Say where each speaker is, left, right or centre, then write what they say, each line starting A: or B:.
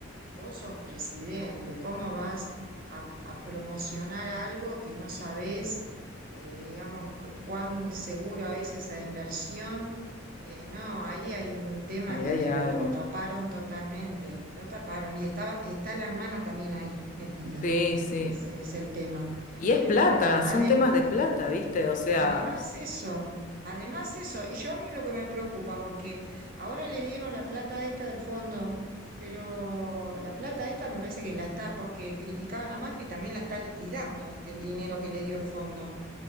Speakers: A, on the right; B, on the left.
A: Vos sos presidente, ¿cómo vas a, a promocionar algo que no sabés, eh, digamos, cu- cuán seguro es esa inversión? Eh, no, ahí hay un tema
B: Ahí
A: que
B: hay algo.
A: lo, lo taparon totalmente, lo taparon. Y estaba, está la hermana también ahí metida,
B: Sí, sí.
A: ese es el tema.
B: Y es
A: Pero
B: plata,
A: bueno,
B: son
A: ade-
B: temas de plata, ¿viste? O sea,
A: Además
B: s-
A: eso, además eso, y yo a mí lo que me preocupa, porque ahora le dieron la plata esta del fondo, pero la plata esta me parece que la está, porque criticaban a Macri, también la está liquidando este, el dinero que le dio el fondo.